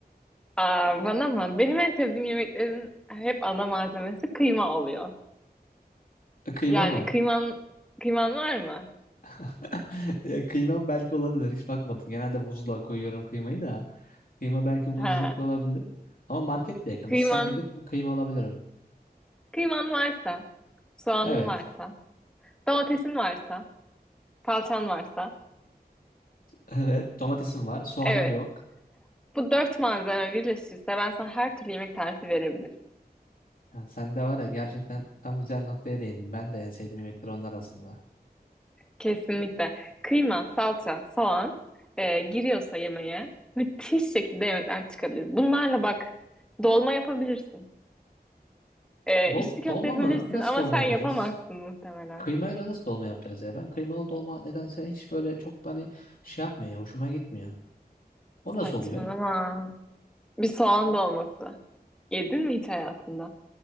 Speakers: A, in the centre; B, on the left (about 60°).
A: Aa, bana mı? Benim en sevdiğim yemeklerin hep ana malzemesi kıyma oluyor.
B: E, Kıyma
A: Yani
B: mı?
A: kıyman kıyman var mı?
B: <laughs> Ya kıymam belki olabilir hiç bakmadım genelde buzluğa koyuyorum kıymayı da. Kıyma belki buzlukta
A: Ha.
B: olabilir ama market de yakın
A: Kıyman
B: istesem gidip kıyma alabilirim.
A: kıyman varsa, soğanın
B: Evet.
A: varsa,
B: <laughs>
A: domatesin varsa, salçan varsa.
B: Evet, domatesim var, soğanım
A: Evet.
B: yok.
A: Bu dört malzeme birleşirse ben sana her türlü yemek tarifi verebilirim.
B: Ya sen de var ya gerçekten tam güzel noktaya değindin. Ben de en sevdiğim yemekler onlar arasında.
A: Kesinlikle. Kıyma, salça, soğan e, giriyorsa yemeğe müthiş şekilde yemekler çıkabilir. Bunlarla bak dolma yapabilirsin. Ee,
B: Dol
A: içli köfte
B: dolma
A: yapabilirsin
B: mı? Nasıl
A: ama
B: dolma
A: sen
B: yapacağız?
A: yapamazsın muhtemelen.
B: Kıymayla nasıl dolma yapacağız ya? Ben kıymalı dolma nedense hiç böyle çok bana şey yapmıyor ya, hoşuma gitmiyor. O
A: Saçmalama.
B: nasıl oluyor?
A: Bir soğan dolması. Yedin mi hiç hayatında?